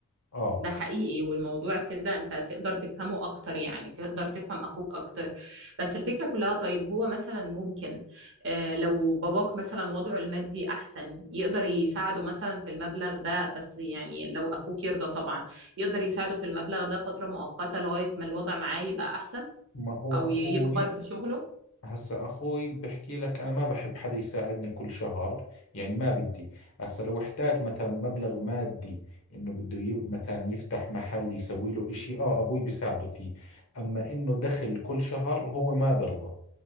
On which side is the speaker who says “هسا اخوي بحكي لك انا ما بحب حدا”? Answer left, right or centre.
Left